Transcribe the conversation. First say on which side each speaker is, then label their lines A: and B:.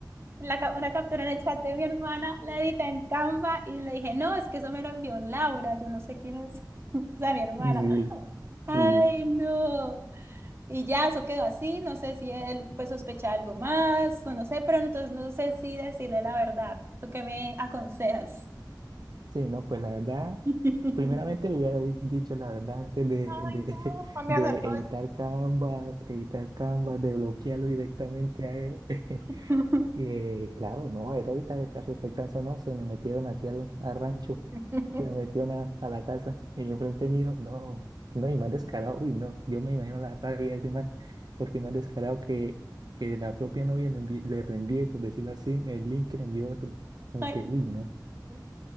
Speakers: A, on the right; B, on the right.
A: La, ca- una captura en el chat de mi hermana, la edité en Canva y le dije, no, es que eso me lo envió Laura, yo no sé quién es, <laughs> o sea, mi hermana.
B: Sí,
A: Ay,
B: sí,
A: no. Y ya, eso quedó así, no sé si él pues sospecha algo más, o no sé, pero entonces no sé si decirle la verdad. ¿Tú qué me aconsejas?
B: sí, no, pues la verdad,
A: <laughs>
B: primeramente le hubiera di- dicho la verdad antes de, de,
A: Ay, no,
B: <laughs>
A: no me
B: de
A: acertó
B: editar Canvas, editar Canvas, de bloquearlo directamente a él. <laughs>
A: esto.
B: Eh, claro, no, él ahorita está sospechando, no, se me metieron aquí al, al rancho,
A: <laughs>
B: se me metieron a, a la casa y enfrente mío, no, no, y más descarado, uy, no, yo me imagino la rabia de ese man, porque más descarado que, que la propia novia le, envi- le reenvíe, por decirlo así, el link que le envió otro, como
A: Ay,
B: que, uy, no.
A: sí.